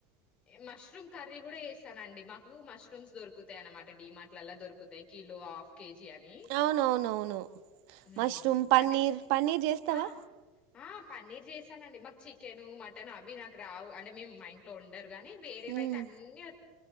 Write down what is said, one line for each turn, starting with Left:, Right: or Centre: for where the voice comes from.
Left: మష్రూమ్ కర్రీ కూడా వేస్తానండి మాకు మష్రూమ్స్ దొరుకుతాయ అనమాట డిమార్ట్లలా దొరుకుతాయి కిలో హాఫ్ కేజీ అని
Right: అవునవునవును
Left: హ
Right: మష్రూమ్ పన్నీర్
Left: అంటే
Right: పన్నీర్ చేస్తావా
Left: ఆ ఆ పన్నీర్ చేసానండి మాకు చికెను మటన్ అవి నాకు రావు అంటే మేము మా ఇంట్లో ఉండదు కాని వేరేవైతే
Right: హ్మ్
Left: అన్నీ